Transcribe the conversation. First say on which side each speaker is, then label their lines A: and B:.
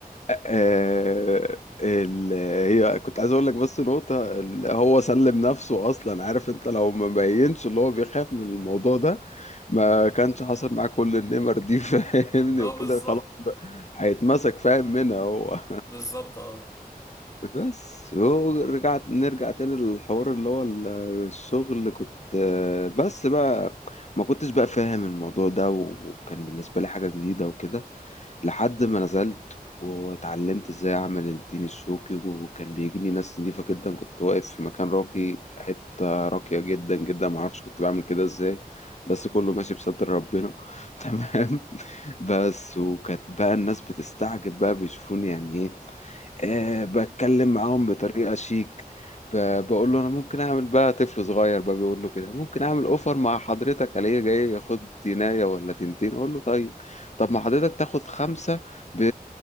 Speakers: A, on the left; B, on the left.
A: آه، ال... هي كنت عايز اقول لك بس نقطة ال- هو سلم نفسه اصلا عارف انت لو ما بينش اللي هو بيخاف من الموضوع ده ما كانش حصل معاه كل النمر دي <laughs> فاهمني
B: اه
A: وكده
B: بالظبط
A: خلاص بقى هيتمسك فاهم منها هو
B: بالظبط اه
A: بس هو رجعت نرجع تاني للحوار اللي هو ال- الشغل اللي كنت آه، بس بقى ما كنتش بقى فاهم الموضوع ده وكان بالنسبة لي حاجة جديدة وكده لحد ما نزلت واتعلمت ازاي اعمل التين الشوكي وكان بيجيني ناس نضيفة جدا كنت واقف في مكان راقي حتة راقية جدا جدا معرفش كنت بعمل كده ازاي بس كله ماشي بستر ربنا <laughs> تمام بس وكانت بقى الناس بتستعجب بقى بيشوفوني يعني ايه آه بتكلم معاهم بطريقة شيك ب- بقول له انا ممكن اعمل بقى طفل صغير بقى بيقول له كده ممكن اعمل اوفر مع حضرتك عليه جاي ياخد تينايه ولا تنتين اقول له طيب طب ما حضرتك تاخد خمسة ب...